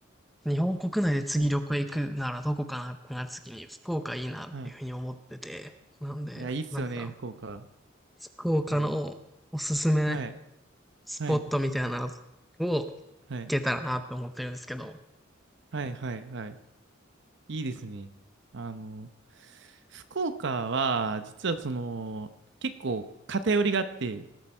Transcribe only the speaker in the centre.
日本国内で次旅行行くならどこかなってなった時に福岡いいなっていうふうに思ってて。
なんで、
なんか、
福岡のおすすめ
スポットみたいなのを
行
けたらなって思ってるんですけど。